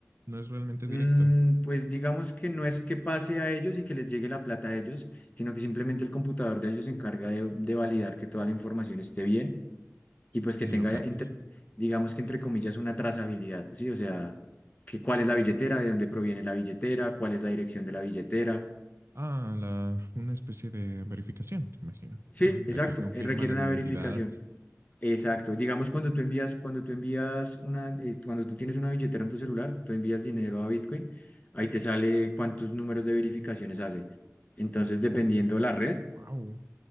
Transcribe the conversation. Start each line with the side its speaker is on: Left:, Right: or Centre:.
Right: no es realmente
Left: Mm,
Right: directo
Left: pues digamos que no es que pase a ellos y que les llegue la plata a ellos, sino que simplemente el computador de ellos se encarga de, de validar que toda la información esté bien y pues que
Right: y
Left: tenga,
Right: lo captas.
Left: entre- digamos que entre comillas, una trazabilidad, ¿sí? O sea, que cuál es la billetera, de dónde proviene la billetera, cuál es la dirección de la billetera.
Right: Ah, la, una especie de verificación, imagino,
Left: Sí,
Right: ¿no?
Left: exacto,
Right: La que confirma
Left: eh, requiere
Right: la
Left: una
Right: identidad.
Left: verificación. Exacto. Digamos, cuando tú envías, cuando tú envías una, eh, cuando tú tienes una billetera en tu celular, tú envías dinero a Bitcoin, ahí te sale cuántos números de verificaciones hace. Entonces, dependiendo la red,
Right: Wow,